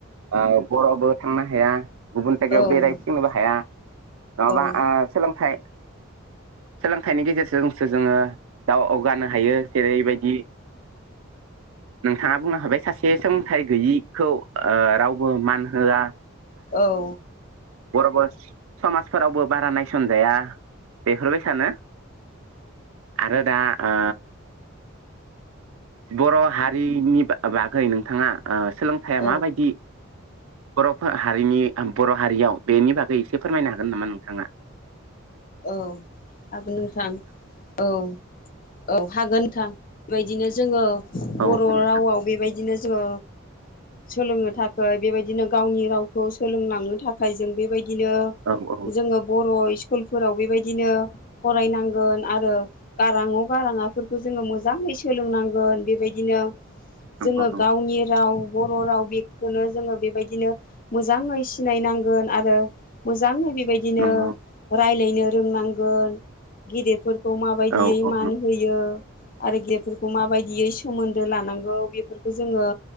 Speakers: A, on the right; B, on the left.
A: ओ बरबो थांनो हाया गुबुन जायगायाव
B: नों
A: बेरायथिंनोबो हाया नङाबा
B: औ
A: ओ सोलोंथाइ सोलोंथाइनि गेजेरजोंसो जोङो दाउ अवगानो हायो जेरैबायदि नोंथाङा बुंनो हाबाय सासे सोलोंथाइ गैयिखौ ओ रावबो मान होआ
B: औ
A: बरबो समाजफोरावबो बारा नायसनजाया बेफोरबायसानो आरो दा ओ बर' हारिनि बागै नोंथाङा ओ सोलोंथाइया
B: औ
A: माबायदि बर हारिनि बर हारियाव बेनि बागै एसे फोरमायनो हागोन नामा नोंथाङा? <inaudible>
B: औ हागोन नोंथां औ औ हागोन थां बेबायदिनो जोंङो बर
A: औ औ नोंथां
B: रावाव बेबायदिनो जों सोलोंनो थाखाय बेबायदिनो गावनि रावखौ सोलोंलांनो थाखाय जों बेबायदि बिदिनो
A: औ औ
B: जोंङो बर फोराव बेबायदिनो फरायनांगोन आरो गारां अ गारां आ फोरखौ जोंङो मोजां एसे सोलोंनांगोन बेबायदिनो
A: नंगौ
B: जोंङो गावनि राव बर राव बेखौनो जोंङो बेबायदिनो मोजाङै सिनायनांगोन आरो मोजाङै बेबायदिनो
A: नंगौ
B: रायलायनो रोंनांगोन गेदेरफोर- खौ माबायदियै
A: औ औ
B: मान होयो आरो गेदेरफोरखौ माबायदियै सोमोन्दो लानांगौ बेफोरखौ जोङो